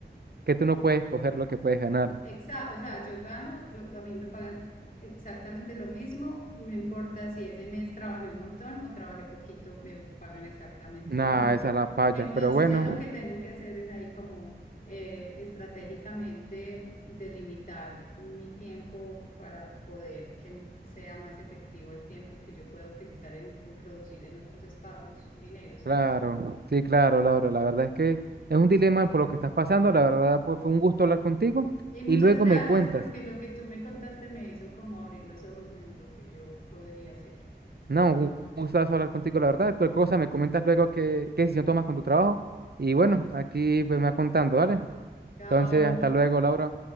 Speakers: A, on the right; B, on the left.
A: que tú no puedes coger lo que puedes ganar.
B: Exacto, o sea, yo gano, lo- a mí me pagan exactamente lo mismo, no importa si ese mes trabajé un montón o trabajé poquito, me pagan exactamente
A: Nada,
B: lo mismo.
A: esa es la falla.
B: Entonces
A: Pero bueno,
B: yo lo que tengo que hacer es ahí como eh, estratégicamente delimitar mi tiempo para poder que sea más efectivo el tiempo que yo pueda utilizar en, en producir en otros espacios dinero, ¿cierto?
A: claro, sí, claro, Laura, la verdad es que es un dilema por lo que estás pasando. La verdad, pues fue un gusto hablar contigo
B: Y muchas
A: y luego
B: gracias
A: me cuentas.
B: porque lo que tú me contaste me hizo como abrir los ojos en lo que yo podría hacer.
A: No, un gustazo hablar contigo, la verdad. Cualquier cosa me comentas luego qué, qué decisión tomas con tu trabajo. Y bueno, aquí pues, me vas contando, ¿vale?
B: Chao.
A: Entonces, hasta luego, Laura.